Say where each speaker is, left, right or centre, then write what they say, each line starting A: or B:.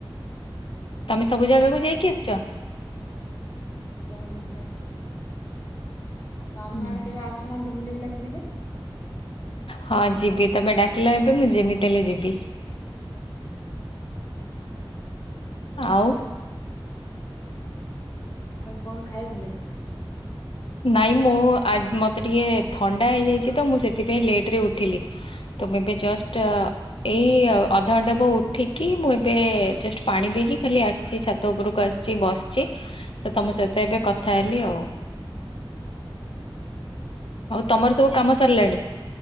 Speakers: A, on the left; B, on the left.
A: ଆଉ
B: ତମେ
A: ଆମ
B: ସବୁ
A: ଆଡେ
B: ଜାଗାକୁ
A: କେବେ
B: ଯାଇକି
A: ଆସି
B: ଆସିଚ?
A: ହଁ ସବୁ ଜାଗା ବୁଲିକି ଆସଚି। ଆଉ ଆମ
B: ହୁଁ।
A: ଆଡେ କେବେ ଆସୁନାହାନ୍ତି ବୁଲି ବୁଲାକି ଯିବେ।
B: ହଁ ଯିବି ତମେ ଡାକିଲ ଏବେ ମୁଁ ଯେମିତି ହେଲେ ଯିବି।
A: <unintelligible>
B: ଆଉ
A: ଆଉ କଣ୍ ଖାଇଥିଲେ?
B: ନାଇଁ ମୁଁ ଆ ମତେ ଟିକେ ଥଣ୍ଡା ହେଇଯାଇଚି ତ ମୁଁ ସେଥିପାଇଁ ଲେଟ୍ ରେ ଉଠିଲି। ତ ମୁଁ ଏବେ ଜଷ୍ଟ ଏଇ ଅଧଘଣ୍ଟେ ହେବ ଉଠିକି ମୁଁ ଏବେ ଜଷ୍ଟ ପାଣି ପିଇକି ଖାଲି ଆସିଚି ଛା ତ ଉପରକୁ ଆସିଚି ବସିଚି ତ ତମ ସହିତ ଏବେ କଥା ହେଲି ଆଉ। ଆଉ ତମର ସବୁ କାମ ସାଲଲାଣି?